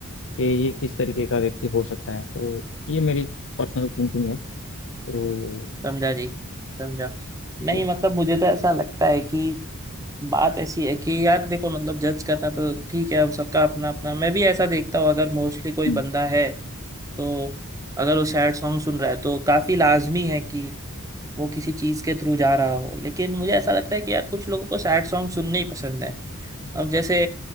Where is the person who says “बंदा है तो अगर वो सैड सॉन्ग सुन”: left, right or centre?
Right